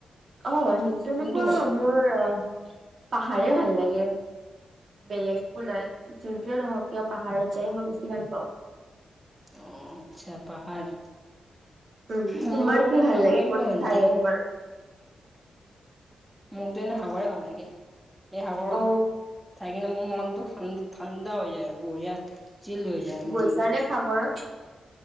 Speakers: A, on the right; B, in the centre.
A: অ সেইটো নক
B: কোনটো হয়
A: মোৰ পাহাৰে ভাল লাগে বেলেগো নাই যোনটোোৱে নহওক কিয় পাহাৰত যাই মই বেছি ভাল পাওঁ
B: অ আচ্ছা পাহাৰ
A: উম
B: মোৰ
A: তোমাৰ কি ভাল
B: চাবু
A: লাগে
B: লাগি
A: কোনটো
B: পন্তে
A: ঠাই হয়
B: ম
A: তোমাৰ
B: মোৰতো এনে সাগৰে ভাল লাগে এই সাগৰ
A: অ
B: থাই কিনে মোৰ মনটো ঠা ঠাণ্ডা হৈ যায় আৰু বঢ়িয়া চিল হৈ যায়
A: গৈছা
B: মাৰ মনটো
A: নে সাগৰত